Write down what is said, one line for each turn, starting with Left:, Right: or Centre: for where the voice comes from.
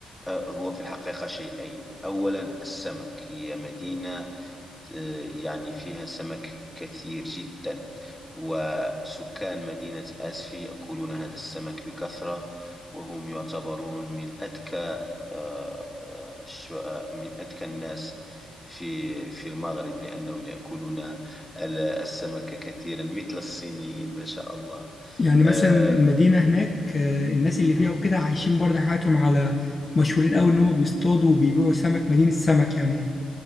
Centre: آه هو في الحقيقة شيئين أولا السمك هي مدينة آه، يعني فيها سمك كثير جدا وسكان مدينة آسفي يأكلون هذا السمك بكثرة وهم يعتبرون من أذكى آه، آه، الش- آه، من أذكى الناس في في المغرب لأنهم يأكلون ال- السمك كثيرا مثل الصينيين ما شاء الله
Left: يعني
Centre: آه،
Left: مثلا المدينة هناك آه، الناس اللي فيها
Centre: مهم.
Left: وكده عايشين برضه حياتهم على مشهورين قوي إن هم بيصطادوا وبيبيعوا سمك مدينة سمك يعني